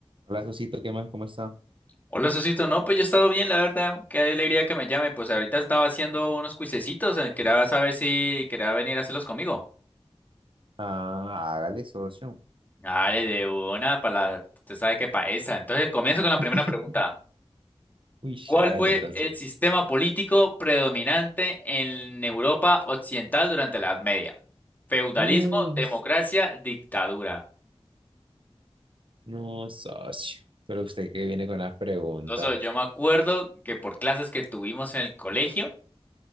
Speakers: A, on the right; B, on the left.
A: Hola, Sosito, ¿qué más? ¿Cómo está?
B: Hola, Susito. No, pues yo he estado bien, la verdad. Qué alegría que me llame. Pues ahorita estaba haciendo unos cuisecitos. eh, Quería saber si quería venir a hacerlos conmigo.
A: Ah, hágale, socio.
B: Dale, de una, para la... Usted sabe qué pa' esa. Entonces, comienzo con la
A: <laughs>
B: primera pregunta.
A: Uy,
B: ¿Cuál
A: hágale
B: fue
A: entonces.
B: el sistema político predominante en Europa Occidental durante la Edad Media? Feudalismo,
A: No,
B: democracia, dictadura.
A: no, socio. Pero usted que viene con las preguntas.
B: Entonces, yo me acuerdo que por clases que tuvimos en el colegio,